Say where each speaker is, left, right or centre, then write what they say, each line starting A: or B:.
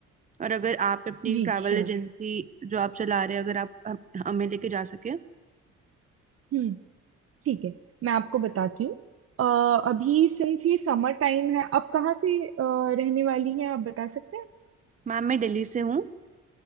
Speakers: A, on the right; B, on the right.
A: और अगर आप अपनी
B: जी
A: ट्रैवल
B: श्योर
A: एजेंसी जो आप चला रहे हैं अगर आप हम- हमें लेके जा सके
B: हम्म ठीक है मैं आपको बताती हूँ अ, अभी सिंस ये समर टाइम है आप कहाँ से अ, रहने वाली हैं आप बता सकते हैं
A: मैम मैं दिल्ली से हूँ